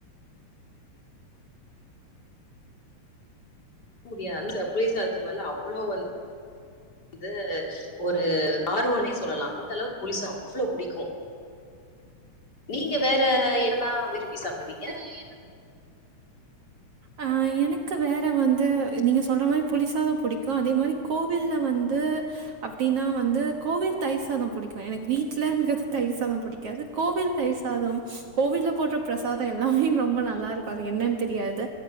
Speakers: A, on the left (about 35°); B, on the right (about 55°).
A: கூடிய அந்த புளி சாதத்து மேல அவ்ளோ வந்து வந்து ஒரு ஆர்வோனே செல்லலா அந்த அளவு புளிசாதோ அவ்ளோ புடிக்கோ நீங்க வேற என்னலா விரும்பி சாப்டுவீங்க
B: ஏன்னா ஆ எனக்கு வேற வந்து நீங்க சொல்ற மாரி புளி சாதோ புடிக்கும் அதேமாரி கோவில்ல வந்து அப்டினா வந்து கோவில் தயிர் சாதம் புடிக்கு எனக் வீட்டுலங்குறது தயிர் சாதம் புடிக் க்காது கோவில் தயிர் சாதம் கோவில்ல போட்ற பிரசாதம் எல்லமே ரெம்பா நல்ல இருக்கு அது என்னன் தெரியது